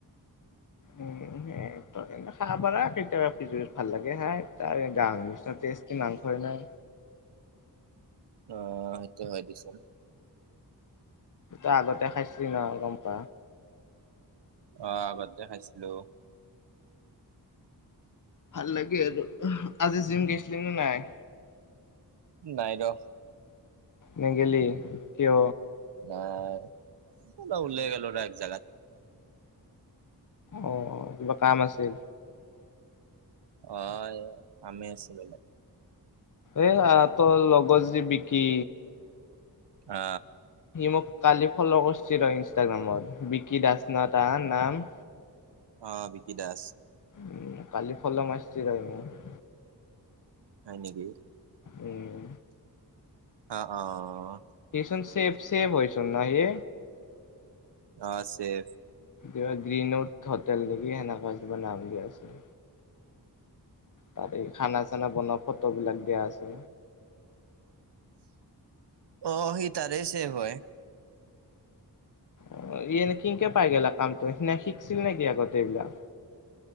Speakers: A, on the left; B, on the right.
A: উম সেই তই এনে খাবা পাৰা কেতিয়াবা ভাল লাগে খাই। তাৰে গাহৰিৰ নিচিনা টেষ্টি মাংসই নাই।
B: অ সেইটো হয় পিছে।
A: তই আগতে খাইছিলি ন গম পাওঁ।
B: অ আগতে খাইছিলোঁ।
A: ভাল লাগে আৰু আজি জিম গেইছিলি নে নাই?
B: নাই ৰ।
A: নেগেলি কিয়?
B: আহ এই অলপ উলাই গলো ৰ এক জাগাত।
A: অ কিবা কাম আছিল?
B: অ এয়া কামেই আছিল অলপ।
A: এই আ তৰ লগৰ যি বিকি
B: অ।
A: সি মোক কালি ফ'ল কৰিছিল ৰ ইনষ্টাগ্ৰামত বিকি দাস না তাৰ নাম।
B: অ বিকি দাস।
A: উম কালি ফ'ল' মাৰছি তাই মোক।
B: হয় নেকি?
A: উম।
B: অঁ অহ।
A: সিচোন চেফ চেফ হয় চোন ন সি?
B: অঁ চেফ।
A: কিবা গ্ৰীণ উথ হোটেল নেকি, সেনেকুৱা কিবা নাম দিয়া আছে। তাত, এই খানা চানা বনোৱা ফটো বিলাক দিয়া আছে।
B: অ', সি তাৰে ছেফ হয়।
A: অ', ই এনে কিনকে পায় গেলা কামটো সি নে শিকছিল নেকি আগতে এইবিলাক?